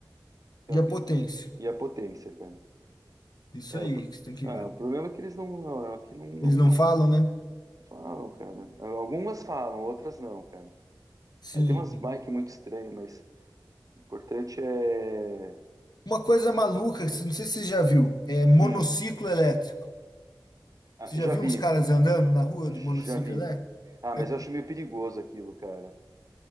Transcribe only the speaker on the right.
é o
que-
e a potência, cara.
É,
o, pro-
ah,
o problema é que eles não, aqui não, não,
não
falam, cara. Algumas falam, outras não, cara.
Aí tem umas bikes muito estranhas, mas o importante é.
Hum,
ah,
já
vi,
já
vi.
Ah,
mas eu acho meio perigoso aquilo, cara.